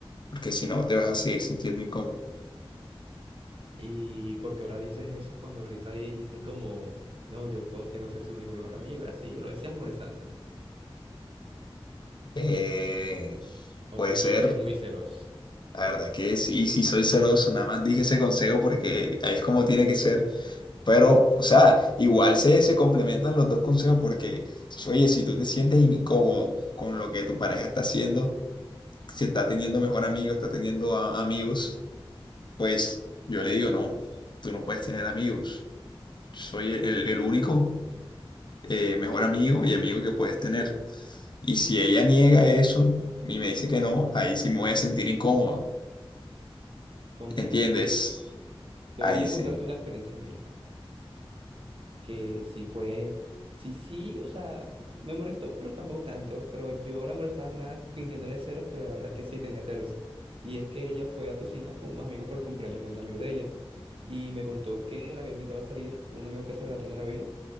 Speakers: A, on the left; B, on the right.
A: porque si no te vas a seguir sintiendo incómodo.
B: Y porque ahora dices eso cuando ahorita dijiste como, no, yo puedo- tengo que ser su único mejor amigo, y así, lo decías molestando.
A: Eh,
B: O
A: puede
B: si
A: ser,
B: eres muy celoso.
A: la verdad que sí, sí soy celoso, nada más dije ese consejo porque ahí es como tiene que ser. Pero, o sea, igual se, se complementan los dos consejos porque, oye, si tú te sientes incómodo con lo que tu pareja está haciendo, si está teniendo mejor amigo, está teniendo a- amigos, pues yo le digo, no, tú no puedes tener amigos. Soy el, el el único eh, mejor amigo y amigo que puedes tener. Y si ella niega eso y me dice que no, ahí sí me voy a sentir incómodo.
B: Comprendo.
A: ¿Entiendes?
B: Te
A: Ahí
B: voy a
A: sí.
B: contarte una experiencia mía. que sí fue, sí, sí, o sea, me molestó, pero tampoco tanto, pero yo la molestaba más fingiéndole ceros, pero la verdad es que sí tenía ceros. Y es que ella fue a piscina con unos amigos por el cumpleaños de un amigo de ella, y me contó que la había invitado a salir un amigo que hace rato no la veía,